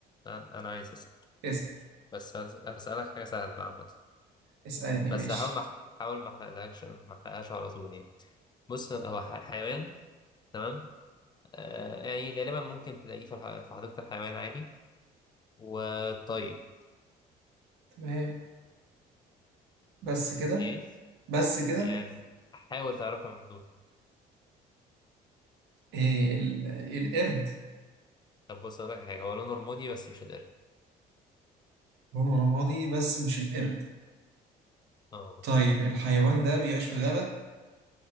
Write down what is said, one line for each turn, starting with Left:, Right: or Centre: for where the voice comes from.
Left: أنا أنا عايز أسأل
Right: اسأل
Left: بس أس- أسألك حاجة سهلة عامة
Right: اسألني
Left: بس
Right: ماشي
Left: هحاول ما حاول ما أحرقلكش ما أحرقهاش على طول يعني بص هو ح- حيوان تمام آه يعني غالبا ممكن تلاقيه في الح- في حديقة الحيوان عادي وطيب
Right: تمام بس كده
Left: إيه
Right: بس كده
Left: يعني حاول تعرفها من دول
Right: إيه ال- القرد
Left: طب بص أقول لك حاجة هو لونه رمادي بس مش القرد
Right: لونه رمادي بس مش القرد
Left: اه
Right: طيب الحيوان ده بيعيش في غابة